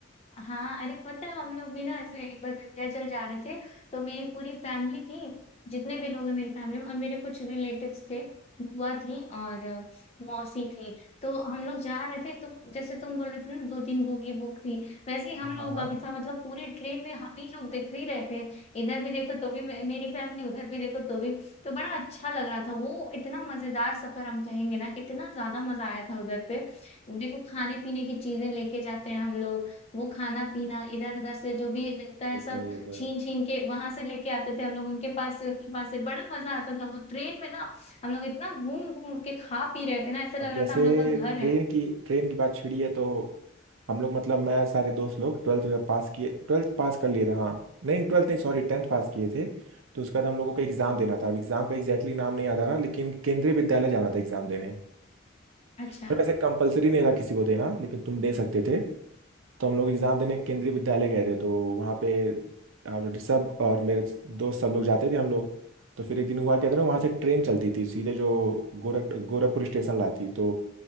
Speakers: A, on the left (about 30°); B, on the right (about 70°).
A: हाँ अरे पता है हम लोग भी ना ऐसे एक बार विंध्याचल जा रहे थे तो मेरी पूरी फैमिली थी जितने भी लोग हैं मेरी फैमिली में और मेरे कुछ रिलेटिव्स थे बुआ थी और अ, मौसी थी तो हम लोग जा रहे थे तो जैसे तुम बोल रहे थे ना दो तीन बोगी बुक थी वैसे ही हम
B: हाँ
A: लोगों
B: <laughs>
A: का
B: हाँ।
A: भी था मतलब पूरी ट्रेन में हम ही लोग दिख ही रहे थे इधर भी देखो तो भी मे- मेरी फैमिली उधर भी देखो तो भी तो बड़ा अच्छा लग रहा था वो इतना मजेदार सफर हम कहेंगे ना इतना ज्यादा मजा आया था उधर पे देखो खाने पीने की चीजें लेके जाते हैं हम लोग वो खाना पीना इधर उधर से जो भी मिलता है
B: ये तो
A: सब
B: है ये तो
A: छीन
B: है
A: छीन के वहां से लेके आते थे हम लोग उनके पास से उनके पास से बड़ा मजा आता था वो ट्रेन में ना हम लोग इतना घूम घूम के खा पी रहे थे ना ऐसा लग
B: अब जैसे
A: रहा था हम लोग का घर
B: ट्रेन
A: है
B: की ट्रेन की बात छिड़ी है तो हम लोग मतलब मैं सारे दोस्त लोग ट्वेल्थ पास किए ट्वेल्थ पास कर लिए थे हाँ नहीं ट्वेल्थ नहीं सॉरी टेंथ पास किए थे तो उसके बाद हम लोगों को एग्जाम देना था अब एग्जाम का एग्जैक्टली नाम नहीं याद आ रहा लेकिन केंद्रीय विद्यालय जाना था एग्जाम देने
A: अच्छा
B: तो वैसे कंपलसरी नहीं था किसी को देना लेकिन तुम दे सकते थे तो हम लोग एग्जाम देने केंद्रीय विद्यालय गए थे तो वहाँ पे हम ऋषभ और मेरे दोस्त सब लोग जाते थे हम लोग तो फिर एक दिन हुआ क्या था ना वहाँ से ट्रेन चलती थी सीधे जो गोरख गोरखपुर स्टेशन लाती तो